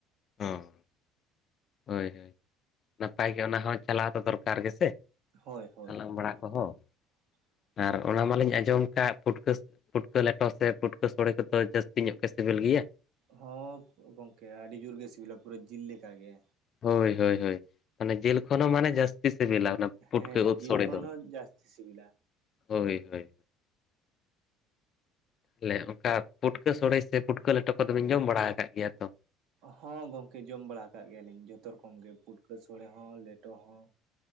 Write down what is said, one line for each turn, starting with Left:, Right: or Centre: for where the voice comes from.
Left: ᱦᱚᱸ᱾ ᱦᱳᱭ ᱱᱟᱯᱟᱭ ᱜᱮ ᱚᱱᱟ ᱦᱚᱸ, ᱪᱟᱞᱟᱣ ᱫᱚ ᱫᱚᱨᱠᱟᱨ ᱜᱮᱥᱮ᱾
Right: ᱦᱳᱭ ᱦᱳᱭ
Left: ᱦᱟᱞᱟᱝ
Right: ᱦᱳᱭ
Left: ᱵᱟᱲᱟ ᱠᱚᱦᱚᱸ᱾
Right: <unintelligible> <inaudible>
Left: ᱟᱨ ᱚᱱᱟ ᱢᱟᱞᱤᱧ ᱟᱸᱡᱚᱢ ᱠᱟᱜ ᱯᱷᱩᱴᱠᱟᱹ ᱯᱩᱴᱠᱟᱹ ᱞᱮᱴᱚ ᱥᱮ, ᱯᱩᱴᱠᱟᱹ ᱥᱚᱲᱮ ᱠᱚᱫᱚ, ᱡᱟᱹᱥᱛᱤ ᱧᱚᱜ ᱜᱮ ᱥᱤᱵᱤᱞ ᱜᱮᱭᱟ᱾
Right: ᱦᱚᱸ ᱜᱚᱝᱠᱮ ᱟᱹᱰᱤ ᱡᱳᱨ ᱜᱮ ᱥᱤᱵᱤᱞᱟ, ᱯᱩᱨᱟᱹ ᱡᱤᱞ ᱞᱮᱠᱟᱜ ᱜᱮ᱾
Left: ᱦᱳᱭ, ᱦᱳᱭ, ᱦᱳᱭ ᱢᱟᱱᱮ ᱡᱤᱞ ᱠᱷᱚᱱ ᱦᱚᱸ ᱢᱟᱱᱮ ᱡᱟᱥᱛᱤ ᱡᱟᱥᱛᱤ ᱥᱤᱵᱤᱞᱟ ᱚᱱᱟ ᱯᱩᱴᱠᱟᱹ
Right: ᱦᱮᱸ
Left: ᱩᱛ
Right: ᱡᱤᱞ
Left: ᱥᱳᱚᱲᱮ
Right: ᱠᱷᱚᱱ
Left: ᱫᱚ,
Right: ᱦᱚᱸ ᱡᱟᱹᱥᱛᱤ ᱥᱤᱵᱤᱞᱟ
Left: ᱦᱳᱭ ᱦᱳᱭ᱾ ᱛᱟᱦᱮ ᱚᱱᱠᱟ ᱯᱩᱴᱠᱟᱹ ᱥᱚᱲᱮ ᱥᱮ, ᱯᱩᱴᱠᱟᱹ ᱞᱮᱴᱚ ᱠᱚᱫᱚ ᱵᱤᱱ ᱡᱚᱢ ᱵᱟᱲᱟ ᱟᱠᱟᱫ ᱜᱮᱭᱟ ᱛᱚ?
Right: ᱦᱚᱸ ᱜᱚᱝᱠᱮ ᱡᱚᱢ ᱵᱟᱲᱟ ᱟᱠᱟᱟᱜ ᱜᱮᱭᱟᱞᱤᱧ, ᱡᱷᱚᱛᱚ ᱨᱚᱠᱚᱢ ᱜᱮ ᱯᱷᱩᱴᱠᱟᱹ ᱥᱲᱮ ᱦᱚᱸ ᱞᱮᱴᱚ ᱦᱚᱸ᱾